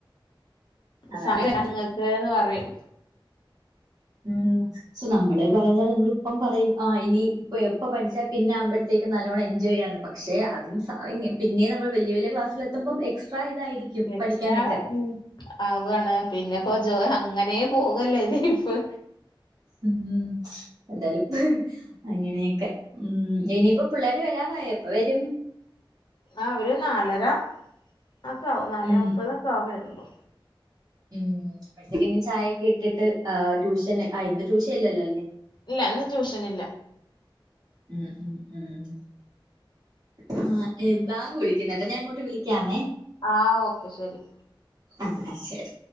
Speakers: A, on the right; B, on the left.
A: അതാണ്
B: സമയം <unintelligible> പറിയും.
A: <unintelligible> ശൊ നമ്മള് പറയുന്ന നമ്മള ഇപ്പം പറയും ആ ഇനി എപ്പ പഠിച്ചാ പിന്നെ ആവുമ്പോഴത്തേക്കും നല്ലവണ്ണം എൻജോയ് ചെയ്യാ പക്ഷെ അതുംഷാ പിന്നെനമ്മൾ വെല്ല്യവെല്ല്യ ക്ലാസ്സിലെത്തുമ്പോം എക്സ്ട്രാ ഇതായിരിക്കും
B: എക്സ്ട്രാ
A: പഠിക്കാനൊക്കെ
B: ഉം ആവാണ് പിന്നെപ്പോജോ അങ്ങനെപോകല്ലെ ലൈഫ്
A: ഉം എന്താലും പ് അങ്ങനെയെക്കെ ഉം ഇനിയിപ്പോ പിള്ളാര് വരാറായോ എപ്പൊവരും?
B: ആഹ് ഇവരൊര്നാലര ഒക്കെവും നാലെമുപ്പതൊക്കെവുംവരുമ്പോ
A: ഉം ഉം <unintelligible> ചായയൊക്കെഇട്ടിട്ട് ആ ട്യൂഷന് ആ ഇന്ന് ട്യൂഷൻഇല്ലല്ലോല്ലേ?
B: ഇല്ല ഇന്ന്ട്യൂഷനില്ല
A: ഉം ഉം ഉം ആഹ് ബാങ്ക് വിളിക്കുന്നേ ഞാൻ അങ്ങോട്ട് വിളിക്കാമേ
B: ആ ഓക്കെ ശെരി.
A: ആഹ് അഹ് ശരി